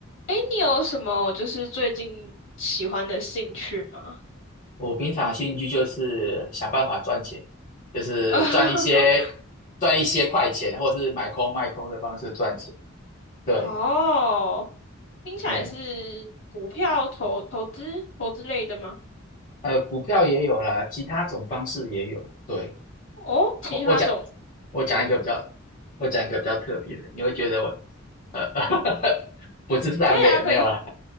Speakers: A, on the left; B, on the left.
A: 哎，你有什么就是最近喜欢的兴趣吗？
B: 我平常兴趣就是想办法赚钱，就是赚一些
A: <laughs>
B: 赚一些快钱，或是买空卖空的方式赚钱。对，
A: 哦，听起来是股票投投资投资类的吗？
B: 哎，呃，股票也有啦，其他种方式也有。对，
A: 哦，其他种，
B: 我我讲我讲一个比较，
A: 嗯，
B: 我讲一个比较特别的，你会觉得我呃 <laughs> 不是善类，
A: 可以啊，可以，
B: 没有啦。